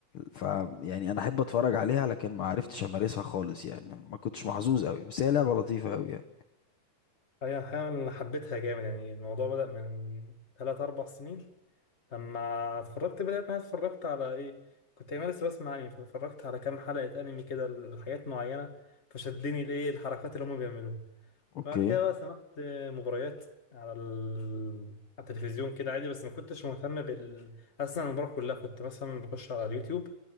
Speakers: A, on the left; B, on the left.
A: ف يعني انا احب اتفرج عليها لكن ما عرفتش امارسها خالص يعني ما كنتش محظوظ قوي بس هي لعبة لطيفة قوي يعني
B: أي أحيانا أنا حبيتها جامد يعني الموضوع بدأ من ثلاث أربع سنين لما اتفرجت بدأت ما اتفرجت على إيه كنت أيام لسه بسمع أنمي فاتفرجت على كام حلقة أنمي كده لحاجات معينة فشدني الإيه الحركات اللي هما بيعملوها
A: اوكي
B: بعد كده بقى سمعت مباريات على ال... على التلفزيون كده عادي بس ما كنتش مهتم بال أصلا المباراة كلها كنت مثلا بخش على اليوتيوب